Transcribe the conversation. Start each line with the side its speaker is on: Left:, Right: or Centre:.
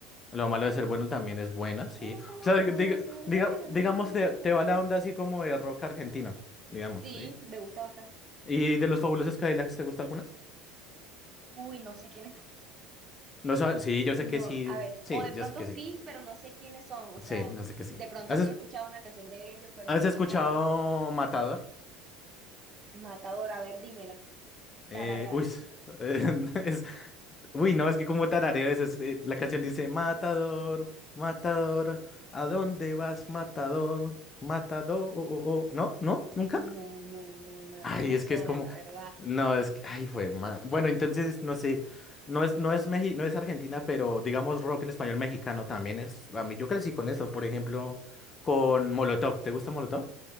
Left: Lo malo de ser bueno también es buena, sí.
Right: Es lo malo
Left: O sea, diga, diga-
Right: de ser
Left: diga-
Right: bueno en
Left: digamos,
Right: este mundo
Left: te, te
Right: cruel.
Left: va la onda así como de rock argentino, digamos,
Right: Sí,
Left: ¿sí?
Right: me gusta bastante.
Left: ¿Y de los Fabulosos Cadillacs, te gusta alguna?
Right: Uy, no sé quiénes.
Left: No sabes, sí, yo sé
Right: No,
Left: que sí,
Right: a ver.
Left: sí,
Right: O de
Left: yo
Right: pronto
Left: sé que
Right: sí,
Left: sí.
Right: pero no sé quiénes son. O sea,
Left: Sí, no sé que sí.
Right: de pronto
Left: ¿Has,
Right: sí
Left: esc-
Right: he escuchado una canción de ellos, pero
Left: has
Right: no
Left: escuchado
Right: sé cuál es.
Left: Matador?
Right: Matador, a ver, dímela.
Left: Eh,
Right: Tararéala.
Left: uy, <laughs> eh, es, uy, no, es que como tarareo es, es, eh, la canción dice, Matador, Matador, ¿a dónde vas, Matador? Matador, oh, oh, oh". ¿No? ¿No? ¿Nunca?
Right: No, no, no, no,
Left: Ay,
Right: no me
Left: es
Right: suena,
Left: que es como,
Right: la verdad.
Left: no, es que, ay, fue, ma- bueno, entonces, no sé, no es, no es Meji- no es Argentina, pero digamos rock en español mexicano también es, a mí yo crecí con eso, por ejemplo, con Molotov, ¿te gusta Molotov?